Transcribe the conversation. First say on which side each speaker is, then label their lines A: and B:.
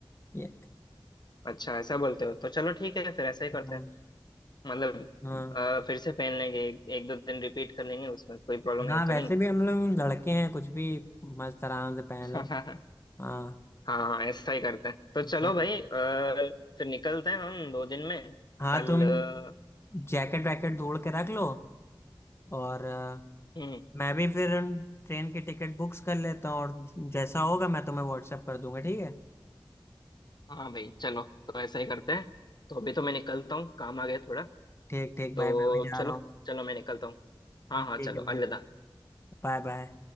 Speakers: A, on the left; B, on the left.
A: ये
B: अच्छा ऐसा बोलते हो तो चलो ठीक है फिर ऐसा ही करते
A: हाँ
B: हैं मतलब
A: हाँ
B: अ, फिर से पहन लेंगे एक, एक दो दिन रिपीट कर लेंगे उसमें कोई प्रॉब्लम
A: हाँ
B: है
A: वैसे
B: तो
A: भी हम लोग लड़के हैं कुछ भी मस्त आराम से पहन लो
B: नहीं <laughs>
A: हाँ
B: हाँ हाँ ऐसा ही करते हैं तो चलो
A: हाँ।
B: भाई अ, फिर निकलते हैं हम दो दिन में
A: हाँ
B: कल
A: तुम
B: अ,
A: जैकेट वैकेट ढूंढ के रख लो और अ,
B: हम्म
A: मैं भी फिर उन ट्रेन की टिकट बुक्स कर लेता हूँ और जैसा होगा मैं तुम्हें व्हाट्सएप कर दूंगा ठीक है
B: हाँ भाई चलो तो ऐसा ही करते हैं तो अभी तो मैं निकलता हूँ काम आ गया थोड़ा
A: ठीक ठीक
B: तो
A: भाई मैं भी जा
B: चलो
A: रहा हूँ
B: चलो मैं निकलता हूँ हाँ
A: ठीक
B: हाँ चलो
A: है
B: अलविदा
A: भाई Bye bye